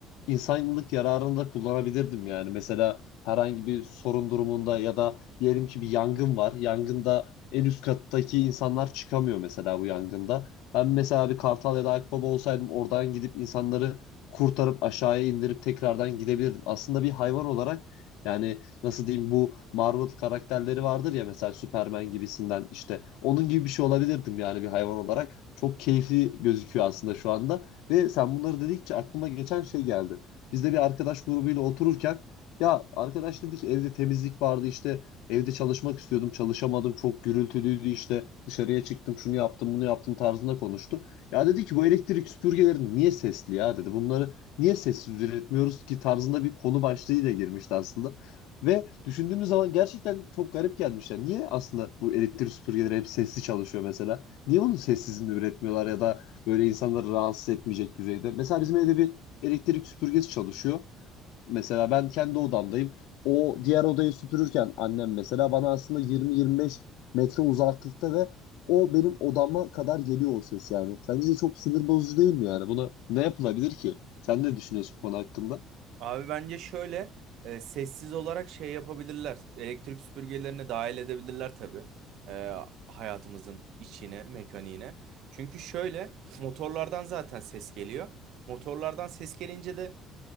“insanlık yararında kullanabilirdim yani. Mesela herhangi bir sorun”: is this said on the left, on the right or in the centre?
Left